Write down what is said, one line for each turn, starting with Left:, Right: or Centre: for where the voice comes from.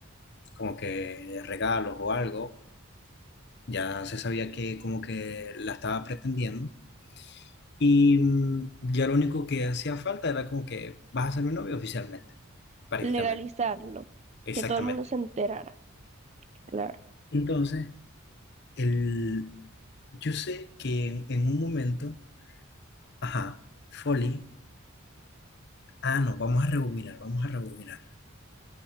Left: como que regalos o algo. Ya se sabía que como que la estaba pretendiendo. Y mm, ya lo único que hacía falta era como que vas a ser mi novio oficialmente, prácticamente,
Right: Legalizarlo,
Left: exactamente.
Right: que todo el mundo se enterara, claro.
Left: Entonces, el, yo sé que en, en un momento, ajá, Folly, ah, no, vamos a rebobinar, vamos a rebobinar.